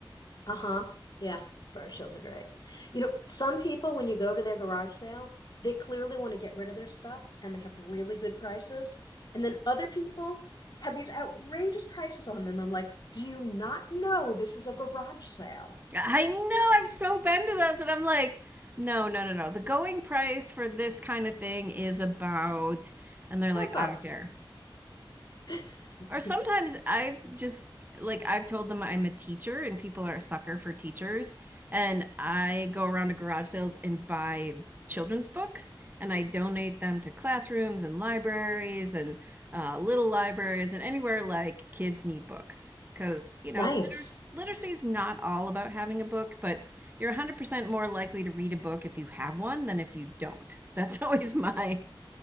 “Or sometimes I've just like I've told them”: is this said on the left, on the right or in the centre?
Right